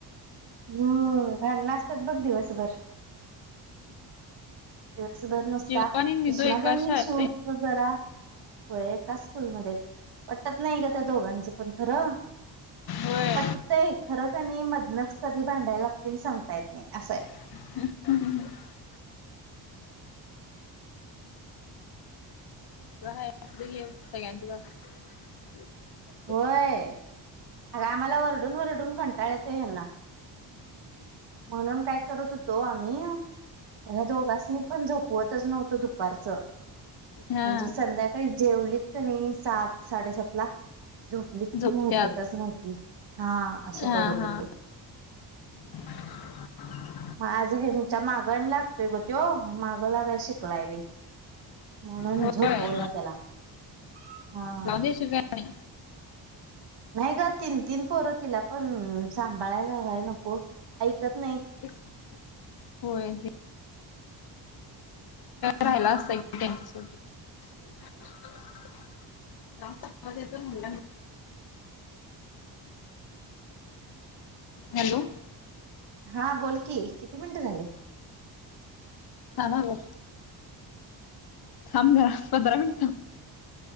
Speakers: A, on the right; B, on the left.
A: हम्म. घ नाचतात बघ दिवसभर. दिवसभर नसता.
B: शिव आणि निधू
A: किष्णाच
B: एकाच
A: आनि
B: शाळेत
A: एक सोड.
B: आहे
A: <unintelligible> जरा तो एका स्कूलमध्येच. पटत नाही ग! त्या दोघांचे पण. खरं?
B: होय
A: पटतंय खरं का नाई मध- नच कधी भांडायला लागतील सांगता येत नाही असंय.
B: ह् ह्. <unintelligible> सगळ्यांच
A: व्हय. अग! आम्हाला वरडून वरडून कंटाळा येतो ह्यां ना. म्हणून काय करत हो- तो आम्ही. या दोघास्नी पण झोपवतच नव्हतो दुपारचं.
B: हा
A: म्हणजे संध्याकाळी जेवलीत का नाही? सात साडेसात ला- झोपलीत
B: झोपत्यात
A: कि म उठतच नव्हती. हा. असं
B: हा
A: करत
B: हा
A: होतो.
B: <unintelligible>
A: माझ <unintelligible> मागण लागतोय ग त्यो. माग लागाय शिकलाय बाई. म्हणून
B: होय
A: झोपवला त्याला. हा.
B: लावून देशील काय? नाही
A: नाही ग, तीन तीन पोर तिला पण सांभाळायला हय नको? ऐकत नाही.
B: <unintelligible> होय. राहिला असत त्यांच्या सोबत. <unintelligible> जास्तेत मुंड. हॅलो.
A: हा. बोल की. किती मिनिटं झाले?
B: हं. म्हणलं. थांब ना पंधरा मिनट.